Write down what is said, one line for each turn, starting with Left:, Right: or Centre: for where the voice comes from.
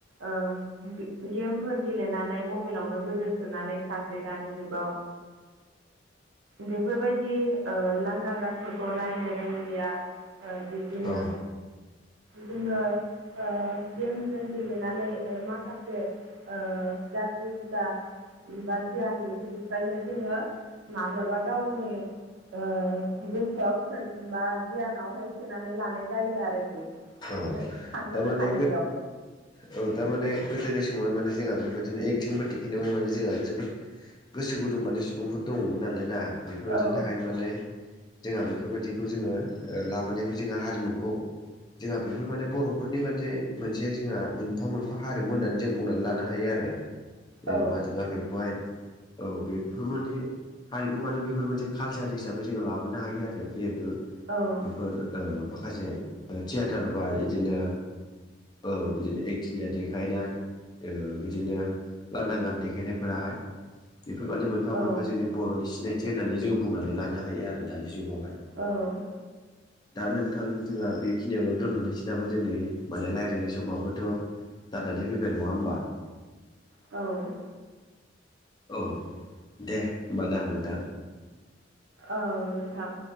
Right: <unintelligible> गेमफोर गेलेनानै <unintelligible> मबेइलावनो गोदोसोनानै थासै दानि जुगाव बेफोरबायदि ओ लांगां गानफोरखौ नायनो रोंलिया ओ बिदिनो
Left: औ
Right: जोङो ओ गेमजों गेलेनानै ओ माखासे ओ गाज्रि हुदा बा गियान बेफोरनिफ्रायनो जोङो माब्लाबा गावनि ओ गोसोआव सो बा गियानावहाय सोनानै लानाय जायो आरोखि।
Left: औ
Right: सानस'नो
Left: थामाने
Right: हायैयाव
Left: औ थामाने गोदोनि समावहाय माने जोंहा बेबायदि बिदिनो एकटिंफोर दिखिनायबाय माने जोंहा जोबोद गोसो गुदुं माने सुबुंफोर दङमोन नालाय ना। बेफोरबायदिनि
Right: औ
Left: थाखायनो माने जोंहा बेफोरबायदिखौ जोङो ओ लाबोनायखौ जोंहा हारिमुखौ जोंहा बेफोर माने बर'फोरनि मोने मोनसे जोंहा मोनफा मोनफा हारिमु होननानै जों बुंनानै लानो हायो आरो। जेनेबा
Right: औ
Left: जोंहा बेखौहाय औ बेफोर माने हारिमु माने बेफोर मोनसे कालसार हिसाबै जोङो लाबोनो हायो आरो जिहेथु
Right: औ
Left: बेफोर ओ माखासे थियेटार बा इदिनो औ बिदिनो एकदिनिया देखायनाय ओ बिदिनो लांदां गान देखायनायफोराहाय बेफोर माने मोनफा
Right: औ
Left: मोनफा जोंनि बर'नि सिनायथि होननानै जों बुंनानै लानो हायो आरो दानि जुगावहाय।
Right: औ
Left: दा नोंथां जोंहा बे खिनियावनो दोनथ'नोसै नामा जोंनि माने रायलायनाय समावबोथ' जानानै फैबाय नङा होमबा?
Right: औ
Left: औ दे होमबा ना नोंथां?
Right: औ नोंथां